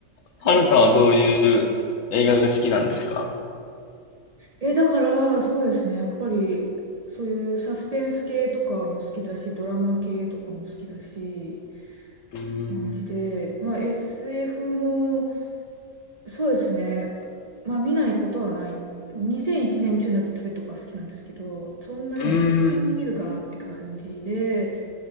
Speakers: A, on the right; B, on the left.
A: そうそう。
B: ハルさんはどういう映画が好きなんですか
A: え、だから、そうですね。やっぱり、そういうサスペンス系とかも好きだし、ドラマ系とかも好きだし、
B: うー
A: 感じで、
B: ん。
A: まあ、SF のそうですね。まあ見ないことはない。2001年宇宙の旅とか好きなんですけど、そんなでも、
B: うーん。
A: たまに見るかなって感じで、